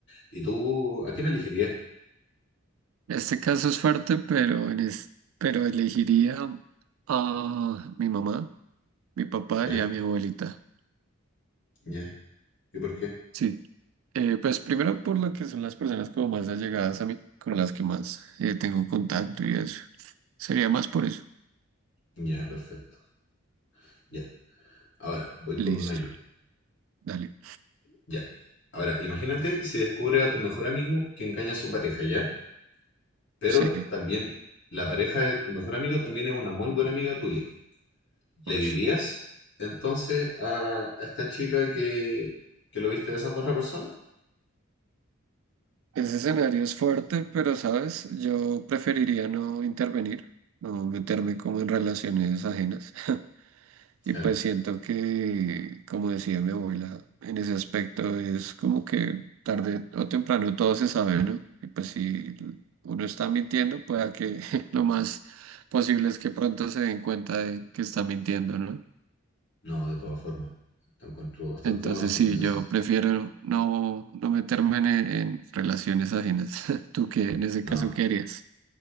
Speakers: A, on the left; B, on the right.
A: ¿Y tú a quién elegirías?
B: Este caso es fuerte, pero, en es- pero elegiría a mi mamá, mi papá
A: ¿Ya?
B: y a mi abuelita.
A: ¿Ya? ¿Y por qué?
B: Sí. Eh, pues primero por lo que son las personas como más allegadas a mí, con las que más eh, tengo contacto y eso. Sería más por eso.
A: Ya, perfecto. Ya. Ahora, voy con
B: Listo.
A: uno yo.
B: Dale.
A: Ya. Ahora, imagínate si descubre a tu mejor amigo que engaña a su pareja, ¿ya? Pero
B: Sí.
A: también la pareja de tu mejor amigo también es una muy buena amiga tuya. ¿Le
B: Uy.
A: dirías entonces a, a esta chica que, que lo viste besando a otra persona?
B: Ese escenario es fuerte, pero sabes, yo preferiría no intervenir, no meterme como en relaciones ajenas. <laughs> Y
A: Claro.
B: pues siento que, como decía mi abuela, en ese aspecto es como que tarde o temprano todo se sabe, ¿no? Y pues si uno está mintiendo, pueda que <laughs> lo más posible es que pronto se den cuenta de que está mintiendo, ¿no?
A: No, de todas formas. Te encuentro bastante
B: Entonces
A: la razón
B: sí,
A: en ese
B: yo
A: sentido.
B: prefiero no, no meterme en, en relaciones ajenas. <laughs> ¿Tú qué en ese
A: No.
B: caso qué harías?